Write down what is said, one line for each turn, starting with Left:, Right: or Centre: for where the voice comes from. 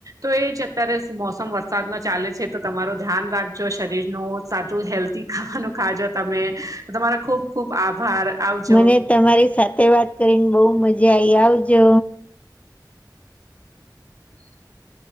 Right: તો એ જ અત્યારે મોસમ વરસાદનો ચાલે છે તો તમારુ ધ્યાન રાખજો શરીરનું સાચું હેલ્ધી ખાવાનું ખાજો તમે તમારો ખુબ ખુબ આભાર આવજો.
Left: મને તમારી સાથે વાત કરીને બહુ મજા આઈ આવજો.
Right: <inaudible>